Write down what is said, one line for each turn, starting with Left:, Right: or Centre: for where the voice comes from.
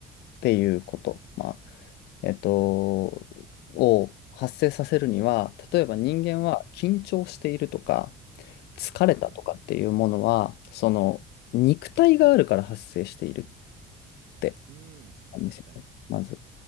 Left: っていうこと、まあ、えっと、を発生させるには、例えば人間は緊張しているとか、
Right: はい。
Left: 疲れたとかっていうものは、
Right: うん
Left: その、肉体があるから発生しているって、
Right: うん。うん、
Left: なんですよね、
Right: 確かに。
Left: まず。